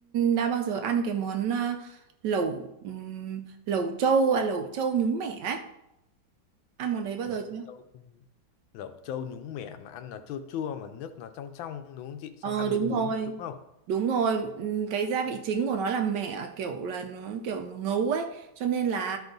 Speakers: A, on the right; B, on the left.
A: đã bao giờ ăn cái món à, lẩu ừm, lẩu trâu à, lẩu trâu nhúng mẻ ấy. Ăn món đấy bao
B: Lẩu
A: giờ chưa?
B: trâu, lẩu trâu nhúng mẻ mà ăn nó chua chua mà nước nó trong trong đúng không chị? Xong
A: Ờ
B: ăn
A: đúng
B: với bún
A: rồi,
B: đúng không?
A: đúng rồi, Ừm, cái gia vị chính của nó là mẹ à, kiểu là nó kiểu nó ngấu ấy, cho nên là